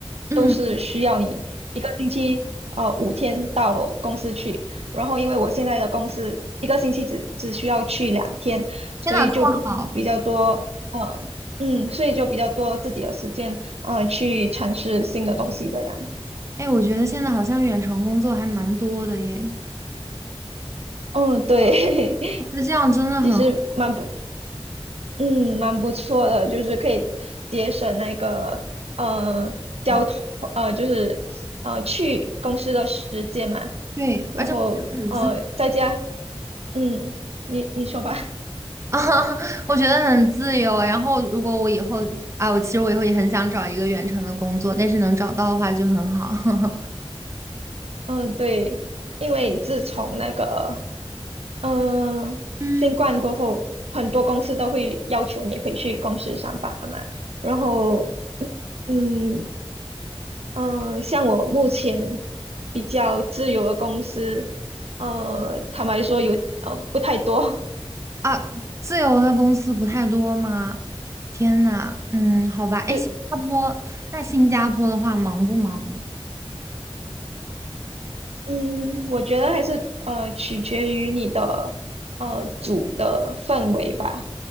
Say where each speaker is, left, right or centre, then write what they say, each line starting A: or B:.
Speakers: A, on the right (about 30°); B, on the right (about 85°).
A: 嗯。
B: 都是需要你一个星期呃五天到公司去，然后因为我现在的公司一个星期只只需要去两天，所以就比较多呃嗯，
A: 天呐，这么好！
B: 所以就比较多自己的时间嗯，去尝试新的东西这样，
A: 哎，我觉得现在好像远程工作还蛮多的耶，
B: 嗯对。<laughs>
A: 那这样真的很好
B: 其实蛮不，嗯，蛮不错的，就是可以节省那个呃交通，
A: 对
B: 呃，就是呃去公司的时间嘛，
A: 对，
B: 然后呃在家，
A: 而且我觉得很自由
B: 嗯，你你说吧，
A: 啊，<laughs> 我觉得很自由。然后，如果我以后啊，我其实我以后也很想找一个远程的工作，但是能找到的话就很好。<laughs>
B: 嗯，对，因为自从那个嗯、呃新冠过后，
A: 嗯
B: 很多公司都会要求你回去公司上班嘛，然后。嗯。嗯，像我目前比较自由的公司，呃，坦白说有呃不太多，
A: 啊，自由的公司不太多吗？天呐，嗯，好吧。
B: <laughs>
A: 哎，
B: 就
A: 新加坡，那新加坡的话忙不忙
B: 嗯，我觉得还是呃取决于你的呃组的氛围吧，